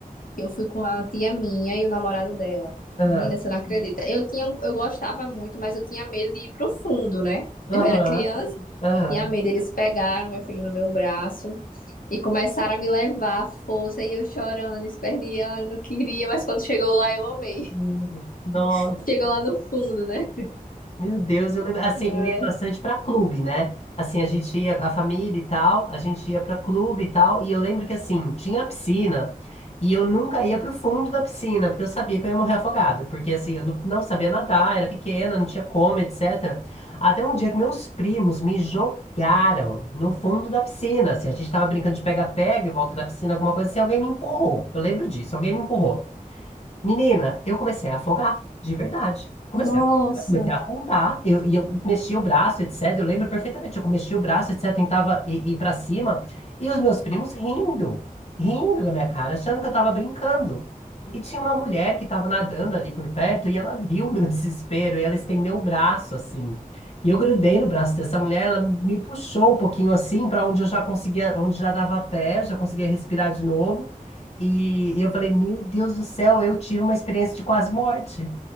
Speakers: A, on the left; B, on the left.
A: que eu fui com a tia minha e o namorado dela.
B: Ah,
A: Menina, você não Hum. acredita. Eu tinha, um- eu gostava muito, mas eu tinha medo de ir pro fundo, né?
B: Aham.
A: Eu era criança,
B: Aham.
A: tinha medo. Eles pegaram meu filho no meu braço e começaram a me levar à força e eu chorando, esperneando, não queria, mas quando chegou lá eu amei.
B: Hum, Nossa,
A: <laughs> Chegou lá no fundo, né?
B: meu Deus, eu lembro, assim,
A: Ah,
B: eu ia bastante pra clube, né? Assim, a gente ia com a família e tal, a gente ia pra clube e tal, e eu lembro que assim, tinha a piscina, e eu nunca ia pro fundo da piscina, porque eu sabia que eu ia morrer afogada, porque assim, eu não, não sabia nadar, era pequena, não tinha como, etc. Até um dia que meus primos me jogaram no fundo da piscina, assim, a gente tava brincando de pega-pega em volta da piscina, alguma coisa assim, alguém me empurrou. Eu lembro disso, alguém me empurrou. Menina, eu comecei a afogar, de verdade. Comecei
A: nossa.
B: a, comecei a afundar, eu, e eu mexi o braço, etc. Eu lembro perfeitamente, eu mexi o braço, etc. Tentava ir, ir para cima, e os meus primos rindo, rindo da minha cara, achando que eu tava brincando. E tinha uma mulher que estava nadando ali por perto, e ela viu o meu <laughs> desespero, e ela estendeu o braço assim. E eu grudei no braço dessa mulher, ela me puxou um pouquinho assim, para onde eu já conseguia, onde já dava pé, já conseguia respirar de novo. E eu falei, meu Deus do céu, eu tive uma experiência de quase morte.